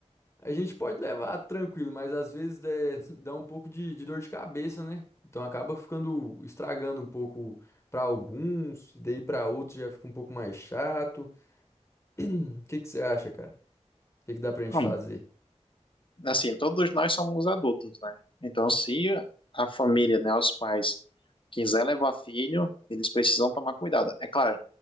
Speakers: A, on the left (about 25°); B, on the left (about 45°).
A: a gente pode levar tranquilo, mas às vezes é, dá um pouco de, de dor de cabeça, né? Então acaba ficando estragando um pouco para alguns, e daí para outros já fica um pouco mais chato. O que que você acha, cara? O que que dá pra gente
B: Bom,
A: fazer?
B: assim, todos nós somos adultos, né? Então, se a família, né, os pais, quiser levar filho, eles precisam tomar cuidado. É claro,